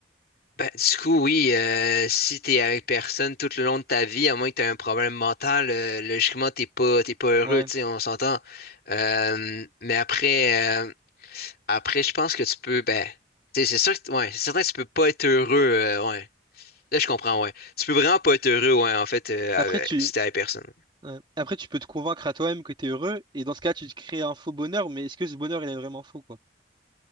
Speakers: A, on the left; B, on the right.
A: Ben, du coup, oui, euh, si t'es avec personne tout le long de ta vie, à moins que t'aies un problème mental, euh, logiquement, t'es pas, t'es pas heureux,
B: Ouais.
A: tu sais, on s'entend. Euh, mais après, euh, après, je pense que tu peux, ben, tu sais, c'est sûr que, ouais, c'est certain que tu peux pas être heureux, euh, ouais. Là, je comprends, ouais. Tu peux vraiment pas être heureux, ouais, en fait, euh,
B: Après,
A: avec-
B: tu,
A: si t'es avec personne.
B: ouais. Après, tu peux te convaincre à toi-même que t'es heureux, et dans ce cas, tu te crées un faux bonheur, mais est-ce que ce bonheur, il est vraiment faux, quoi?